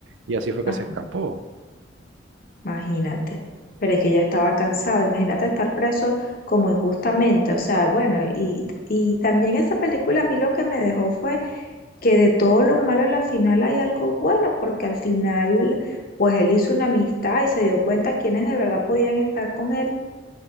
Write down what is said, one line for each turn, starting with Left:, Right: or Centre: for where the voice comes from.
Right: y así fue
Left: Ajá.
Right: que se escapó.
Left: Imagínate, pero es que ya estaba cansado, imagínate estar preso como injustamente, o sea, bueno, y, y también esa película a mí lo que me dejó fue que de todo lo malo a la final hay algo bueno, porque al final pues él hizo una amistad y se dio cuenta quiénes de verdad podían estar con él